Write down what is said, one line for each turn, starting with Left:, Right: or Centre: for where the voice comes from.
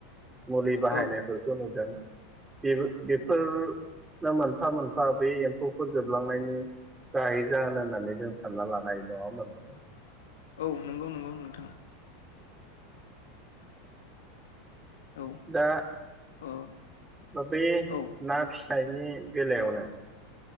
Right: मुलि बाहायनायफोरखौ
Left: औ
Right: नुदों बेफोर बेफोरनो मोनफा मोनफा बे एम्फौखौ जोबलांनायनि गाहै जाहोन होननानै जों सानना लानाय नङा होमबा नोंथां?
Left: औ नंगौ नंगौ नोंथां। औ
Right: दा
Left: ओ
Right: बा बे
Left: औ
Right: ना फिसि फिनायनि बेलायावनो